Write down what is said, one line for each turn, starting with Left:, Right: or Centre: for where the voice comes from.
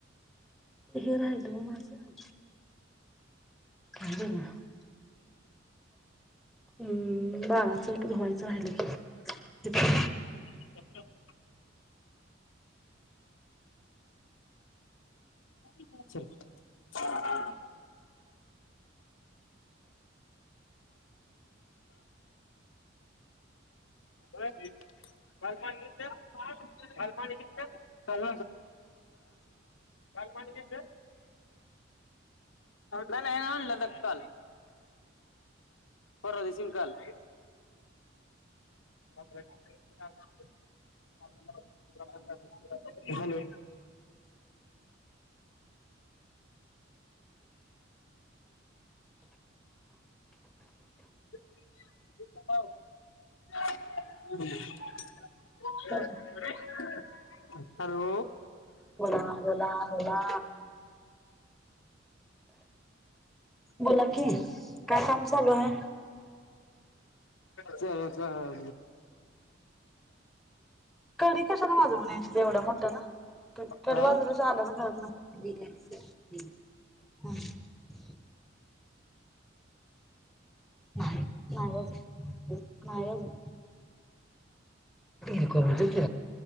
Centre: हे राहिलं ओ माझं काय बरं? अम्म बाळाचं धुवायचं राहिलं त <unintelligible>
Left: <inaudible> चला. होय काल पाणी दिलंत? <unintelligible> काल पाणी दिलंत? <unintelligible> काल पाणी दिलंत? नाही नाही आणलंत काल, परवा दिवशी आन काल. <unintelligible> हॅलो? <unintelligible>
Centre: बोला
Left: हॅलो?
Centre: बोला बोला बोला. बोला की, काय काम चालू हाय?
Left: चला <unintelligible>
Centre: कडी कशाला वाजून यायचं एवढ्या मोठ्यानं कडी कडी
Left: हा
Centre: वाजवल्याशिवाय आल्याचं कळत नाही. होय. न्हाई नाय बाबा. नाईलाज आहे. एखादं दे की.